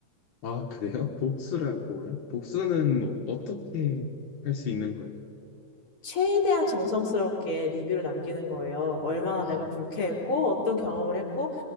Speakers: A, on the left (about 60°); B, on the left (about 25°).
A: 아, 그래요? 복수라고요? 복수는 어떻게 할 수 있는 거예요?
B: 최대한 정성스럽게 리뷰를 남기는 거예요. 얼마나
A: 아,
B: 내가 불쾌했고, 어떤 경험을 했고,